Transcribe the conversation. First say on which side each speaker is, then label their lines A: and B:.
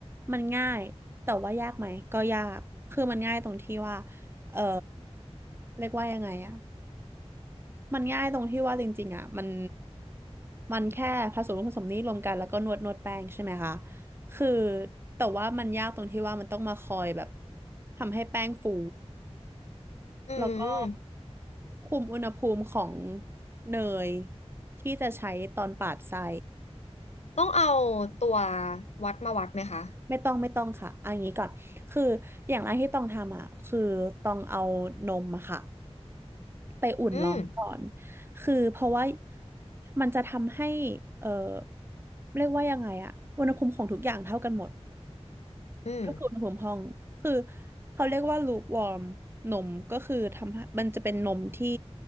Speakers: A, on the right; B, on the left.
A: มันง่ายแต่ว่ายากไหมก็ยากคือมันง่ายตรงที่ว่าเออเรียกว่ายังไงอ่ะมันง่ายตรงที่ว่าจริงๆอ่ะมันมันแค่ผสมผสมนี้รวมกันแล้วก็นวดนวดแป้งใช่ไหมคะ คือแต่ว่ามันยากตรงที่ว่ามันต้องมาคอยแบบทำให้แป้งฟู
B: อืม
A: แล้วก็คุมอุณหภูมิของเนยที่จะใช้ตอนปาดไส้
B: ต้องเอาตัววัดมาวัดไหมคะ
A: ไม่ต้องไม่ต้องค่ะเอันนี้ก่อนคืออย่างแรกที่ต้องทำอ่ะคือต้องเอานมอะค่ะไปอุ่นร้อนก่อน
B: อืม
A: คือเพราะว่ามันจะทำให้เออเรียกว่ายังไงอะอุณหภูมิของทุกอย่างเท่ากันหมด
B: อืม
A: ก็คืออุณหภูมิห้องคือเขาเรียกว่าลูคว์มนมก็คือทำให้มันจะเป็นนมที่